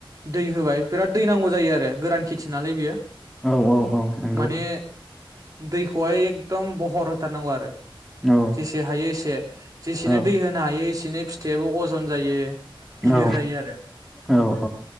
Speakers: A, on the right; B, in the centre.
A: दै होबाय बिराद दै नांगौ जायो आरो गोरान खेथि नालाय बेयो
B: औ औ औ नंगौ
A: माने दैखौहाय एकदम बहर होथारनांगौ आरो
B: औ
A: जेसे हायो एसे जेसेनो
B: औ
A: दै होनो हायो एसेनो फिथायाबो अजन जायो गिलिर
B: औ
A: जायो आरो
B: औ औ